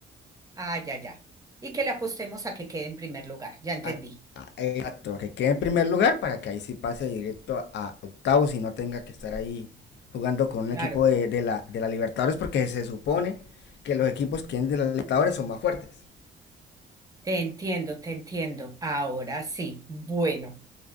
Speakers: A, on the right; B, on the left.
A: Ah, ya, ya. Y que le apostemos a que quede en primer lugar. Ya entendí.
B: a- a- Exacto, que quede en primer lugar para que ahí sí pase directo a octavos y no tenga que estar ahí jugando con un
A: Claro.
B: equipo de, de la, de la Libertadores porque se supone que los equipos que vienen de la Libertadores son más fuertes.
A: Te entiendo, te entiendo. Ahora sí. Bueno.